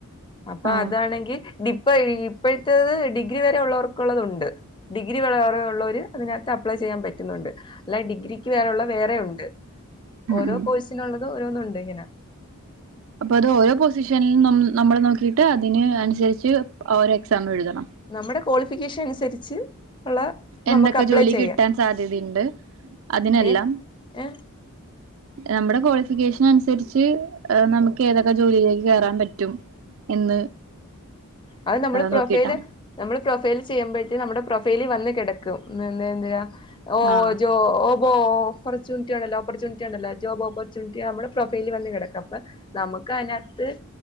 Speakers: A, on the left; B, on the right.
A: അപ്പൊ
B: ആഹ്
A: അതാണെങ്കി. ഡിപ്പോ ഇപ്പഴത്തത് ഡിഗ്രി വരെ ഉള്ളവർക്കുള്ളത് ഉണ്ട്. ഡിഗ്രി വരെ ഉള്ളവര് അതിനകത്ത് അപ്ലൈ ചെയ്യാൻ പറ്റുന്നുണ്ട്. അല്ല ഡിഗ്രിക്ക് വേറെള്ള വേറെ ഉണ്ട്
B: ഉം
A: ഓരോ
B: ഉം
A: കോഴ്സിനുള്ളത് ഓരോന്നും ഉണ്ട് ഇങ്ങനെ.
B: അപ്പൊ അത് ഓരോ പൊസിഷൻ ന്നോം നമ്മള് നോക്കിട്ട് അതിന് അനുസരിച്ച് ഓരോ എക്സാം എഴുതണം.
A: നമ്മടെ ക്വാളിഫിക്കേഷൻ അനുസരിച്ച് ഉള്ള.
B: എന്തൊക്കെ
A: നമുക്ക് അപ്ലൈ
B: ജോലി
A: ചെയ്യാം
B: കിട്ടാൻ സാധ്യതയുണ്ട് അതിനെല്ലാം?
A: ഏ ഏ
B: നമ്മടെ ക്വാളിഫിക്കേഷൻ അനുസരിച്ച് നമുക്ക് ഏതൊക്കെ ജോലിയിലേക്ക് കേറാൻ പറ്റും? എന്ന്
A: അത് നമ്മള് പ്രൊഫൈല്.
B: നോക്കിയിട്ടാണ്
A: നമ്മള് പ്രൊഫൈൽ ചെയ്യുമ്പോഴത്തേ നമ്മുടെ പ്രൊഫൈലീ വന്ന് കെടക്കും എന്താ എന്താ എന്തയാ. ഓഹ്
B: ആഹ്
A: ജോ ഓഹ് വോഫർച്യുണിറ്റി ഉണ്ടല്ലോ ഓപ്പർച്യുണിണ്ടല്ലോ ജോബ്ഓപ്പർച്യുണ്റ്റി നമ്മള് പ്രൊഫൈലിൽ വന്ന് കിടക്ക അപ്പൊ. നമക്ക് അയിനാത്ത്